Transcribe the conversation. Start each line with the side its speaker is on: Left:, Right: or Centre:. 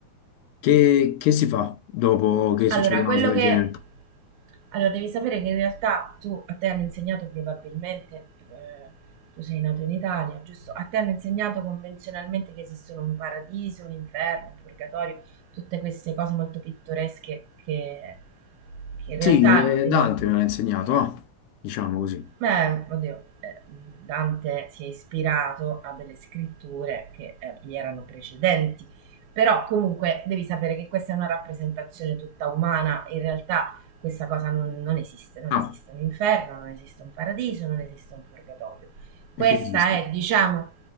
Left: Che, che si fa dopo che
Right: Allora,
Left: succede una
Right: quello
Left: cosa del
Right: che...
Left: genere?
Right: Allora, devi sapere che in realtà tu, a te hanno insegnato probabilmente, eh, tu sei nato in Italia, giusto? A te hanno insegnato convenzionalmente che esistono un paradiso, un inferno, un purgatorio, tutte queste cose molto pittoresche che, che in
Left: Sì,
Right: realtà
Left: eh,
Right: devo-
Left: Dante me l'ha insegnato, ah, diciamo così.
Right: Beh, oddio, eh, Dante si è ispirato a delle scritture che eh, gli erano precedenti, però comunque devi sapere che questa è una rappresentazione tutta umana, in realtà questa cosa non, non esiste, non
Left: Ah,
Right: esiste un inferno, non esiste un paradiso, non esiste un purgatorio. Questa
Left: perché esiste?
Right: è, diciamo,